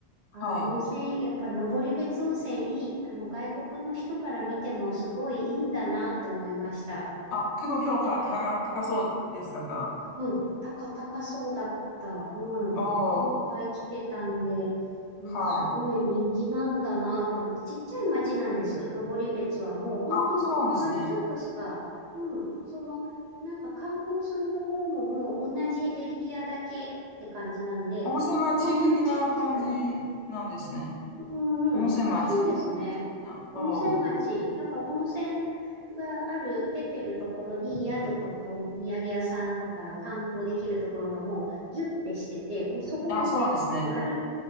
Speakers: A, on the right; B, on the left.
A: あ、
B: はい。
A: 温泉、やっぱ登別温泉いい、あの外国の人から見てもすごいいいんだなって思いました。
B: あ、結構評価高か、高そうでしたか。
A: うん、高、高そうだった。うん。
B: お
A: いっぱい来てたんで、
B: ー、
A: いや、
B: はい。
A: すごい人気なんだなって思って、ちっちゃい町なんです。登別はもう、本当周りちょっとしか、
B: あ、そうなんですね。
A: うん、その、なんか観光するところももう同じエリアだけって感じなんで、
B: 温泉町的な感じなんですね。
A: もう本当にちっちゃい、うんうん。
B: 温泉町的な。
A: あ、そうですね。温泉町。
B: おー。
A: だから温泉がある、出てるところに宿とかお土産屋さんとか観光できるところがもうギュッてしてて、もうそこだけ、
B: あ、そうなんですね。
A: もうある。